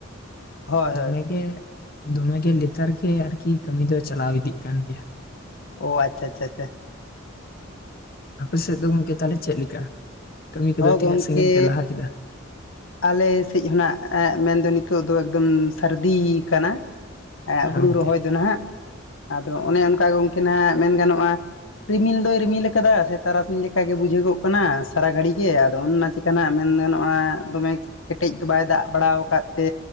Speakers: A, on the left; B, on the left.
A: ᱦᱳᱭ
B: ᱫᱚᱢᱮ
A: ᱦᱳᱭ
B: ᱜᱮ ᱾ ᱫᱚᱢᱮ ᱜᱮ ᱞᱮᱛᱟᱲ ᱜᱮ ᱟᱨᱠᱤ ᱠᱟᱹᱢᱤ ᱫᱚ ᱪᱟᱞᱟᱣ ᱤᱫᱤᱜ ᱠᱟᱱ ᱜᱮᱭᱟ ᱾
A: ᱚ ᱟᱪᱪᱷᱟ ᱪᱷᱟ ᱪᱷᱟ ᱪᱷᱟ᱾
B: ᱟᱯᱮ ᱥᱮᱫ ᱫᱚ ᱜᱚᱝᱠᱮ ᱛᱟᱦᱚᱞᱮ ᱪᱮᱫ ᱞᱮᱠᱟ ᱠᱟᱹᱢᱤ ᱠᱚᱫᱚ
A: ᱦᱚᱸ
B: ᱛᱤᱱᱟᱹᱜ
A: ᱜᱚᱝᱠᱮ
B: ᱥᱟᱹᱜᱤᱧ ᱯᱮ ᱞᱟᱦᱟ ᱠᱮᱫᱟ ᱾
A: ᱟᱞᱮ ᱥᱮᱫ ᱦᱚᱸ ᱱᱟᱜ ᱢᱮᱱᱫᱚ ᱱᱤᱛᱚᱜ ᱫᱚ ᱮᱠᱫᱚᱢ ᱥᱟᱹᱨᱫᱤ ᱠᱟᱱᱟ ᱾
B: ᱦᱮᱸ
A: ᱦᱩᱲᱩ
B: ᱜᱚᱝᱠᱮ
A: ᱨᱚᱦᱚᱭ ᱫᱚ ᱱᱟᱜ ᱟᱫᱚ ᱚᱱᱮ ᱚᱱᱠᱟ ᱜᱚᱢᱠᱮ ᱦᱟᱸᱜ ᱢᱮᱱ ᱜᱟᱱᱚᱜᱼᱟ ᱾ ᱨᱤᱢᱤᱞ ᱫᱚᱭ ᱨᱤᱢᱤᱞ ᱟᱠᱟᱫᱟ ᱥᱮ ᱛᱟᱨᱟᱥᱤᱧ ᱞᱮᱠᱟ ᱜᱮ ᱵᱩᱡᱷᱟᱹᱜᱚᱜ ᱠᱟᱱᱟ ᱥᱟᱨᱟ ᱜᱷᱟᱹᱲᱤ ᱜᱮ ᱟᱫᱚ ᱚᱱ ᱪᱤᱠ ᱾ ᱠᱟᱱᱟ ᱢᱮᱱᱫᱟᱱᱚᱜᱼᱟ ᱾ ᱫᱚᱢᱮ ᱠᱮᱴᱮᱡ ᱫᱚ ᱵᱟᱭ ᱫᱟᱜ ᱵᱟᱲᱟ ᱟᱠᱟᱫ ᱛᱮ